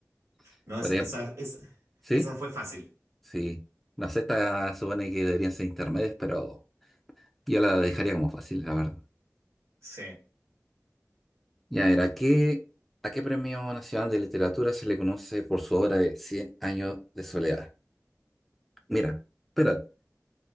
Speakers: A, in the centre; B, on the right.
A: <laughs>
B: No,
A: Por
B: esa,
A: ejemplo,
B: esa, esa,
A: ¿sí?
B: esa fue fácil.
A: Sí. No sé, esta supone que deberían ser intermedias, pero yo la dejaría como fácil, la verdad.
B: Sí.
A: Ya, era qué, a qué Premio Nacional de Literatura se le conoce por su obra de cien años de soledad? Mira, espera,